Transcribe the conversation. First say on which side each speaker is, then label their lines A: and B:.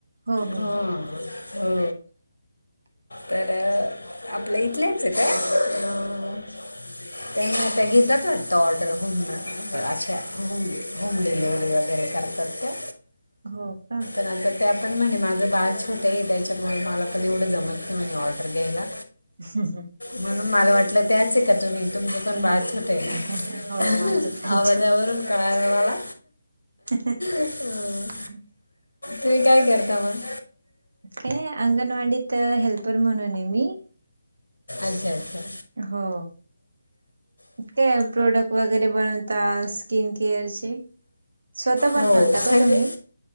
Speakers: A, on the right; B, on the left.
A: हो हो
B: हा. हो. तर, आपलं इथल्या चं त्या अ. त्यांना त्या घेतात वा ऑर्डर हो अचछा <inaudible> डिलेिवरी वगैरे, करतात त्या.
A: हो का.
B: आता त्या पण म्हणे माझं बाळ छोटं हे त्याच्यामुळे मला पण एवढं जमतं नाही म्हणे ऑर्डर द्यायला.
A: ह् ह.
B: म्हणून मला वाटलं त्याचं आहे का तुम्ही तुमचं पण
A: नाही
B: बाळ
A: नाही.
B: छोटं हे ना
A: हो
B: हा
A: माझं
B: हा
A: पण
B: आवाजावरून कळलं मला.
A: हा
B: अं,
A: हा.
B: तुम्ही काय करता मग?
A: हे अंगणवाडीत हेल्पर म्हणून आहे मी.
B: अच्छा, अच्छा,
A: हो. काय प्रोडक्ट वगैरे बनवता स्किन केअरचे. स्वतः बनवता
B: हो सगळं
A: का तुम्ही